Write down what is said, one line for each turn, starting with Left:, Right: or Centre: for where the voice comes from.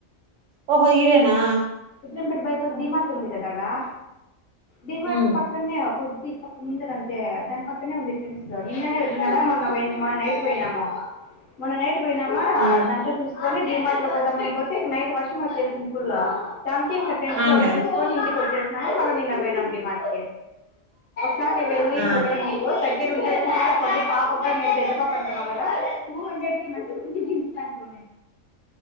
Right: ఓహో ఇరేనా
Left: ఉత్రంపేట బైపాస్ డిమార్ట్ ఉంది కదాడా డిమార్ట్
Right: ఉమ్
Left: పక్కనే కొద్ది పక్క దా పక్కనే వ నిన్ననేై మ నైట్ పోయిన్నామము మొన్న నైట్ పోయినామా
Right: ఉమ్
Left: దాట్ చూసుకొని డిమార్ట్ లో పోదామని పోతే నైట్ వర్షి వచ్చేసింది ఫుల్ బ్యాంకింగ్ అెస్
Right: అవునులే
Left: లో ఒకటి తీసుకొని ఇంటికి వచ్చేసిన మళ్ళ నిన్న పోయినం డిమాట్క సార్ వెళ్ళి
Right: ఆ
Left: మగల మీరు దగ్గ ద్ ఉ చూనండి పాపగా మే పెద్ద పాప అంటున్నావు కదా టూ హండ్రెడ్ కి మంచి మంచి జీన్స్ ప్యాంట్ ఉన్నాయి